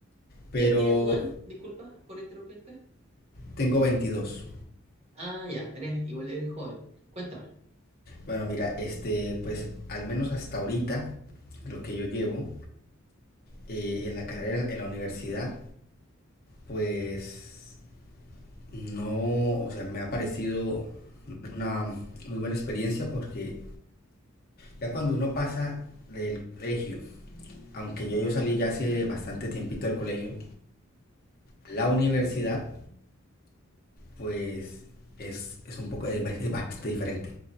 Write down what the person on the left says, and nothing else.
pero
tengo 22.
Bueno, mira, este, pues al menos hasta ahorita, lo que yo llevo eh, en la carrera, en la universidad, pues no, o sea, me ha parecido una muy buena experiencia porque ya cuando uno pasa del colegio, aunque ya yo salí ya hace bastante tiempito del colegio, la universidad pues es, es un poco, es, es bastante diferente.